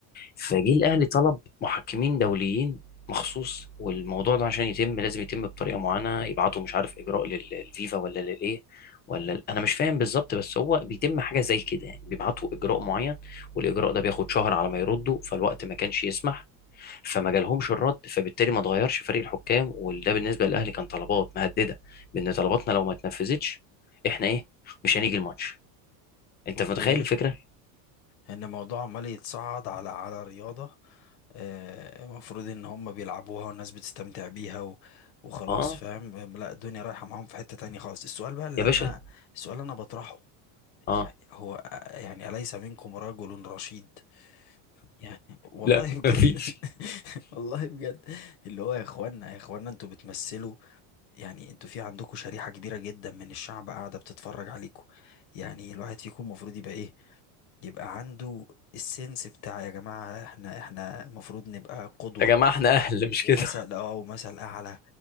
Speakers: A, on the left (about 25°); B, on the left (about 60°).
A: فجه الاهلي طلب محكمين دوليين مخصوص والموضوع ده عشان يتم لازم يتم بطريقه معينه يبعتوا مش عارف اجراء لل- للفيفا ولا للايه ولا ال- انا مش فاهم بالظبط بس هو بيتم حاجه زي كده يعني بيبعتوا اجراء معين والاجراء ده بياخد شهر على ما يردوا فالوقت ما كانش يسمح فما جالهمش الرد فبالتالي ما اتغيرش فريق الحكام وده بالنسبه للاهلي كان طلبات مهدده بان طلباتنا لو ما اتنفذتش احنا ايه مش هنيجي الماتش انت
B: اوكي
A: متخيل الفكره
B: ان الموضوع عمال يتصعد على على رياضة آه، المفروض ان هم بيلعبوها والناس بتستمتع بيها و- وخلاص
A: اه
B: فاهم آم، لا الدنيا رايحة معاهم في حتة تانية خالص السؤال بقى اللي
A: يا باشا
B: انا السؤال اللي انا بطرحه
A: اه
B: يعني هو آه، يعني أليس منكم رجل رشيد يعني والله
A: لا
B: بجد
A: مفيش
B: <laughs> والله بجد اللي هو يا اخوانا يا اخوانا انتوا بتمثلوا يعني انتوا في عندكم شريحة كبيرة جدا من الشعب قاعدة بتتفرج عليكم يعني الواحد فيكم المفروض يبقى ايه يبقى عنده السنس بتاع يا جماعة احنا احنا المفروض نبقى قدوة
A: يا جماعه احنا اهل مش
B: ومثل
A: كده
B: اه ومثل اعلى